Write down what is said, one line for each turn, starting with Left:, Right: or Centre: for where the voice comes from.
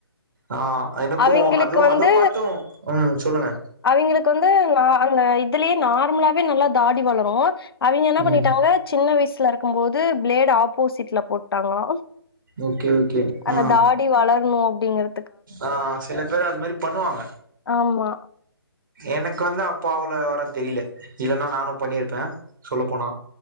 Right: ஆ எனக்கும்
Left: அவிங்களுக்கு
Right: அதுவு
Left: வந்து
Right: அத பாத் சோம் ம் சொல்லுங்க
Left: அவிங்களுக்கு வந்து நா அந்த இ இதுலயே நார்மலாவே நல்லா தாடி வளரும் அவிங்க என்ன பண்ணிட்டாங்க
Right: ம்
Left: ஜின்ன வயிஸ்சு ஸ்ல இருக்கம் போது ப்ளேட ஆப்போசிட்ல போட்டாங்ளா
Right: ஓகே ஓகே
Left: அந்த
Right: ஆ
Left: தாடி வளர்ணு அப்டீங்கிற
Right: ஆ சில பேர் அந்த மாரி பண்ணுவாங்க
Left: ஆமா
Right: எனக்கு வந்து அப்பா அவ்ளோ விவரொ தெரில இல்லன்னா நானு பண்ணியிருப்ப சொல்லப் போனா